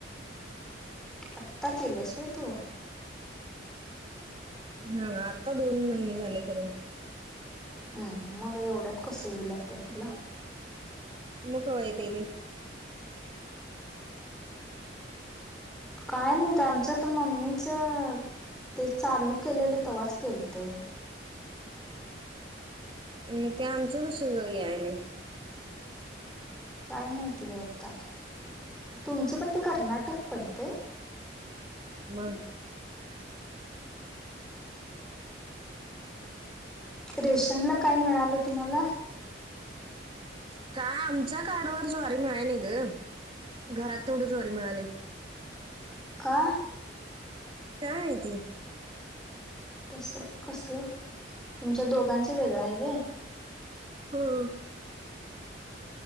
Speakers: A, in the centre; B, on the right (about 30°).
A: आत्ता केल्यास होय तू?
B: <inaudible> हा आत्ता दोन महिने झाले करून.
A: हम् मग एवढ्यात कस येईल आता तुला?
B: मग कवा येतय ते?
A: काय नाही ते आमचच. आता मम्मीच ते चालू केलेल तेवाच केलत.
B: मग ते आमच कस यायलय?
A: काय माहिती बाई आत्ता तुमच पण ते कर्नाटक पडतय.
B: मग
A: रेशनला काय मिळाल? तुम्हाला?
B: काय आमच्या कार्डावर ज्वारी मिळाय नाही ग. घरात तेवढी ज्वारी मिळाली.
A: का?
B: काय आहे ते?
A: तस कस तुमच्या दोघांच वेगळ आहे व्हय.
B: हां